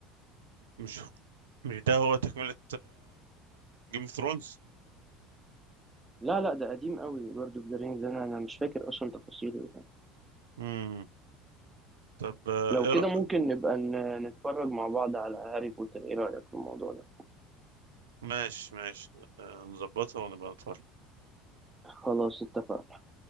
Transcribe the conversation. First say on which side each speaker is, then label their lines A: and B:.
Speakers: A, on the right; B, on the right.
A: مش مش ده هو تكملة جيم اوف ثرونز
B: لا لا ده قديم قوي لورد اوف ذا رينجز انا انا مش فاكر اصلا تفاصيله يعني
A: امم طب آه،
B: لو
A: إيه
B: كده
A: رأ-
B: ممكن نبقى ن- نتفرج مع بعض على هاري بوتر ايه رأيك في الموضوع ده
A: ماشي ماشي آه، نظبطها ونبقى نتفرج
B: خلاص اتفقنا